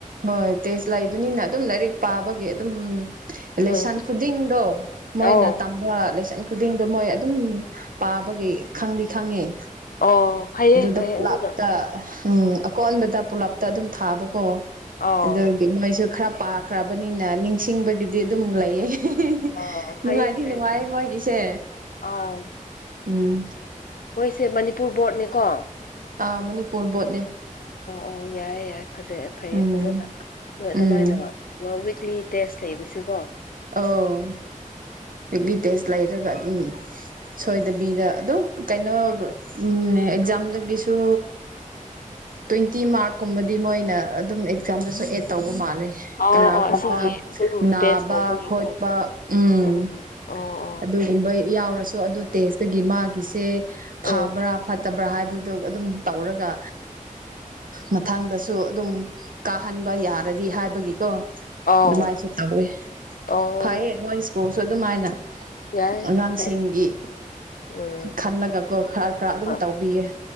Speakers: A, on the right; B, on the left.
A: ꯍꯣꯏ ꯇꯦꯠꯁ ꯂꯩꯕꯅꯤꯅ ꯑꯗꯨꯝ ꯂꯥꯏꯔꯤꯛ ꯄꯥꯕꯒꯤ ꯑꯗꯨꯝ ꯂꯦꯁꯟ
B: ꯎꯝ
A: ꯈꯨꯗꯤꯡꯗꯣ ꯃꯣꯏꯅ
B: ꯑꯧ
A: ꯇꯝꯕ ꯂꯦꯁꯟ ꯈꯨꯗꯤꯡꯗꯣ ꯃꯣꯏ ꯑꯗꯨꯝ ꯄꯥꯕꯒꯤ ꯈꯪꯗꯤ ꯈꯪꯉꯦ
B: ꯑꯣ ꯐꯩꯌꯦ
A: ꯑꯗꯨꯗ
B: ꯐꯩꯌꯦ
A: ꯄꯨꯂꯞꯇ
B: ꯑꯗꯨꯅ
A: ꯎꯪ ꯑꯀꯣꯟꯕꯗ ꯄꯨꯂꯞ ꯑꯗꯨꯝ ꯊꯥꯕꯀꯣ
B: ꯑꯥꯎ
A: ꯑꯗꯨꯒꯤ ꯅꯣꯏꯁꯨ ꯈꯔꯥ ꯄꯥꯈ꯭ꯔꯕꯅꯤꯅꯥ ꯅꯤꯡꯁꯤꯡꯕꯒꯤꯗꯤ ꯑꯗꯨꯝ ꯂꯩꯌꯦ ꯍꯤ ꯍꯤ
B: ꯑꯥ
A: ꯅꯨꯡꯉꯥꯏꯗꯤ-
B: ꯐꯩꯌꯦ ꯐꯩꯌꯦ
A: ꯅꯨꯡꯉꯥꯏꯌꯦ ꯃꯣꯏꯒꯤꯁꯦ
B: ꯑꯥꯎ
A: ꯎꯪ
B: ꯁꯦ ꯃꯅꯤꯄꯨꯔ ꯕꯣꯔꯗꯅꯤꯀꯣ
A: ꯑꯥ ꯃꯅꯤꯄꯨꯔ ꯕꯣꯔꯗꯅꯦ
B: ꯑꯣ ꯌꯥꯏꯌꯦ ꯌꯥꯏ ꯐꯖꯩ ꯑꯥ ꯐꯩꯌꯦ
A: ꯎꯝ
B: ꯐꯖꯅ ꯅꯣꯏ ꯑꯗꯨꯃꯥꯏꯅ
A: ꯎꯝ
B: ꯀꯩꯅꯣ ꯋꯤꯛꯂꯤ ꯇꯦꯁ ꯂꯩꯕꯁꯦꯀꯣ
A: ꯑꯧ ꯋꯤꯛꯂꯤ ꯇꯦꯠꯁ ꯂꯩꯔꯒ ꯑꯗꯨꯝ ꯁꯣꯏꯗꯕꯤꯗ ꯑꯗꯨꯝ ꯀꯩꯅꯣ ꯎꯝꯑꯦꯛꯖꯥꯝꯗꯒꯤꯁꯨ ꯇꯋ꯭ꯌꯦꯟꯇꯤ ꯃꯥꯔꯛꯀꯨꯝꯕꯗꯤ ꯃꯣꯏꯅ ꯑꯗꯨꯝ ꯑꯦꯛꯖꯥꯝꯗꯁꯨ ꯑꯦꯠ ꯇꯧꯌꯦ ꯃꯥꯂꯦ
B: ꯑꯣ
A: ꯀꯅꯥꯒꯨꯝꯕ
B: ꯑꯣ ꯑꯁꯤꯒꯤ ꯑꯗꯨꯝ
A: ꯅꯥꯕ
B: ꯇꯦꯁ ꯇꯧꯕꯒꯤꯀꯣ
A: ꯈꯣꯠꯄ ꯎꯪ
B: ꯎꯝ ꯑꯣ
A: ꯑꯗꯨꯒꯨꯝꯕꯩ ꯌꯥꯎꯔꯁꯨ ꯑꯗꯨ ꯇꯦꯠꯁꯇꯒꯤ ꯃꯥꯒꯤꯁꯦ
B: ꯑꯣ
A: ꯐꯥꯕ꯭ꯔꯥ-
B: ꯎꯝ
A: ꯐꯠꯇꯕ꯭ꯔꯥ ꯍꯥꯏꯕ ꯑꯗꯨꯒꯥ ꯑꯗꯨꯝ ꯇꯧꯔꯒ ꯃꯊꯪꯗꯁꯨ ꯗꯨ ꯑꯗꯨꯝ ꯀꯥꯍꯟꯕ ꯌꯥꯔꯗꯤ ꯍꯥꯏꯕꯒꯤꯀꯣ
B: ꯑꯥꯎ
A: ꯑꯗꯨꯃꯥꯏꯁꯨ ꯇꯧꯋꯦ
B: ꯑꯣ
A: ꯐꯩꯌꯦ ꯃꯣꯏ ꯁ꯭ꯀꯨꯜꯁꯨ ꯑꯗꯨꯝꯃꯥꯏꯅ
B: ꯌꯥꯏ
A: ꯅꯑꯉꯥꯡꯁꯤꯡꯒꯤ
B: ꯐꯔꯦ. ꯎꯝ
A: ꯈꯜꯂꯒꯀꯣ ꯈꯔ- ꯈꯔ ꯑꯗꯨꯝ
B: ꯍꯣꯏ
A: ꯇꯧꯕꯤꯌꯦ